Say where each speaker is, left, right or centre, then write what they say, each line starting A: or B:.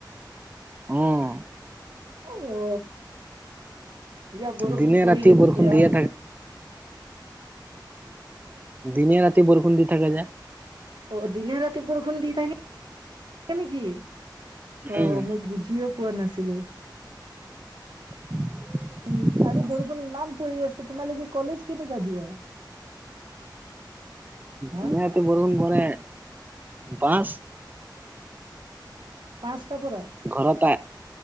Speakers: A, on the right (about 20°); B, on the right (about 85°).
A: উম।
B: অ দিয়া বৰষুণ
A: দিনে
B: পৰিলেতো
A: ৰাতি বৰষুণ
B: বেয়া
A: দিয়ে থাকে। দিনে ৰাতি বৰষুণ দি থাকে যে।
B: অ দিনে ৰাতি বৰষুণ দি থাকে নেকি অ
A: উম
B: মই বুজিয় পোৱা নাছিলো।
A: <inaudible>
B: উম আৰু
A: অ
B: বৰষুণ ইমান পৰি আছা তোমালোকে কলেজ কেনেকাঁ যোৱা। হা
A: দিনে ৰতি বৰষূণ পৰে বাছ।
B: পাঁচটা পৰা।
A: ঘৰটা